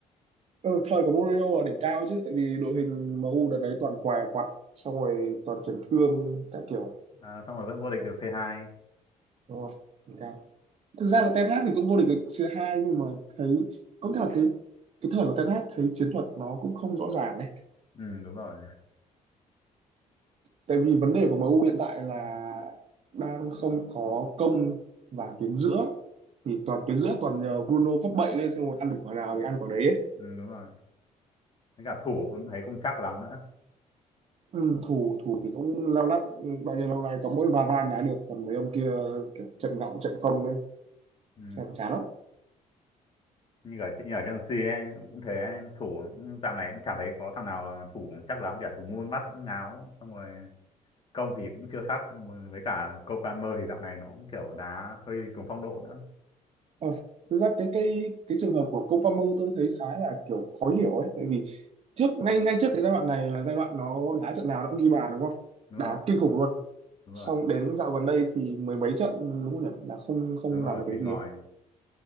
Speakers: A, on the right; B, on the left.
A: ờ, thời của Mourinho là đỉnh cao chứ tại vì đội hình MU đợt đấy toàn què quặt xong rồi toàn chấn thương các kiểu
B: Ờ, xong rồi vẫn vô địch được C2.
A: đúng không đỉnh cao thực ra là Ten Hag thì cũng vô địch được C2 nhưng mà thấy có cả cái cái thời của Ten Hag thấy chiến thuật nó cũng không rõ ràng ấy.
B: Ừ đúng rồi.
A: tại vì vấn đề của MU hiện tại là đang không có công và tuyến giữa thì toàn tuyến giữa toàn nhờ Bruno phát bậy lên xem rồi ăn được quả nào thì ăn quả đấy ấy.
B: Ừ đúng rồi. Với cả thủ cũng thấy không chắc lắm nữa.
A: Ừ, thủ thủ thì cũng lao lắc ừ, bao nhiêu lâu nay có mỗi Varane đá được còn mấy ông kia kiểu trận gọng trận không ấy
B: Ừ.
A: xem chán lắm
B: như ở như ở Chelsea ấy, cũng thế ấy, thủ dạo này cũng chả thấy có thằng nào à, thủ chắc lắm cả thủ môn bắt cũng ngáo xong rồi công thì cũng chưa sắc với cả copanmer thì dạo này nó cũng kiểu đá hơi xuống phong độ nữa
A: Ờ, thực ra cái cái cái trường hợp của Cole Palmer tôi thấy khá là kiểu khó hiểu ấy tại vì trước ngay ngay trước cái giai đoạn này là giai đoạn nó đá trận nào nó cũng ghi bàn đúng không
B: đúng
A: đá
B: rồi
A: kinh khủng luôn
B: đúng
A: xong
B: rồi
A: đến dạo gần đây thì mười mấy trận đúng không nhỉ là không không
B: đúng rồi
A: làm được cái
B: tịt
A: gì
B: ngòi
A: ấy.